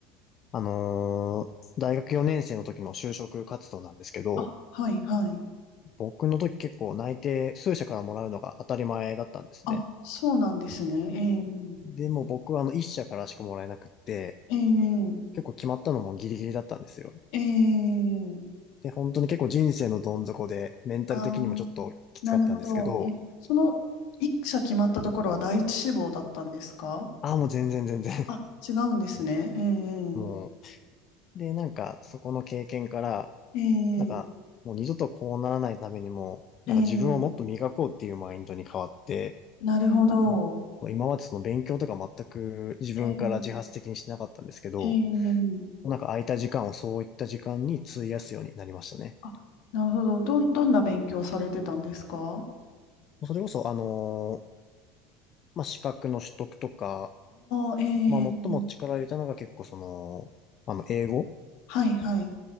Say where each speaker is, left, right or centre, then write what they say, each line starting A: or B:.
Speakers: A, on the left; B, on the left.
A: あのー大学4年生の時の就職活動なんですけど、
B: あ、はい、はい。
A: 僕の時結構内定数社からもらうのが当たり前だったんですね。
B: あ、そうなんですね。えー、
A: でも僕はあの1社からしかもらえなくって、
B: えー、
A: 結構決まったのもギリギリだったんですよ。
B: えー、
A: で、本当に結構人生のどん底で、メンタル的にもちょっときつかったんですけど、
B: あー、なるほど。え、その、一社決まったところは第一志望だったんですか
A: ああ、もう全然全然、
B: あ、違うんですね。ええ
A: <laughs> もう。で、なんかそこの経験から、
B: ええ
A: なんかもう二度とこうならないためにも、なんか自分をもっと磨こうっていうマインドに変わって、
B: ええなるほど。
A: まあ、今までその勉強とか全く自分から自発的にしてなかったんですけど、
B: ええええ
A: なんか空いた時間をそういった時間に費やすようになりましたね。
B: あ、なるほど。どん、どんな勉強されてたんですか
A: それこそ、あのーまあ、資格の取得とか、
B: ああ、ええ
A: まあ、最も力を入れたのが結構その、あの、英語。
B: はいはい。